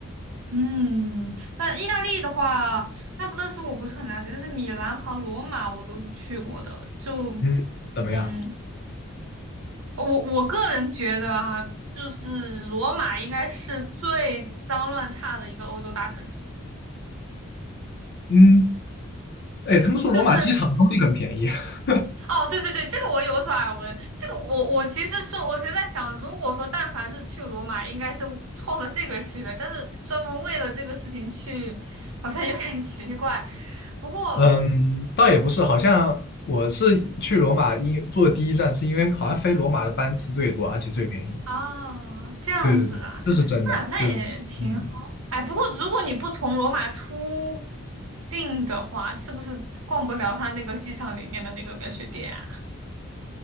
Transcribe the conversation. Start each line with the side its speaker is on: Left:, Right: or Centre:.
Right: 嗯，但意大利的话，那不勒斯我不是很了解，但是米兰和罗马我都是去过的。就
Left: 嗯，怎么样？
Right: 嗯，我我个人觉得啊，就是罗马应该是最脏乱差的一个欧洲大城市。
Left: 嗯，哎，他们说罗马机场的东西很便宜。
Right: 就是
Left: <laughs>
Right: 哦，对对对，这个我有所耳闻。这个我我其实说，我其实在想，如果说但凡是去罗马，应该是冲着这个去的，但是专门为了这个事情去，好像有点奇怪。不过。
Left: 嗯，倒也不是，好像我是去罗马因坐第一站，是因为好像飞罗马的班次最多，而且最便宜。
Right: 啊，这样子啊，
Left: 对对对，这是真的，
Right: 那那也挺好。
Left: 就是嗯，
Right: 哎，不过如果你不从罗马出境的话，是不是逛不了它那个机场里面的那个免税店啊？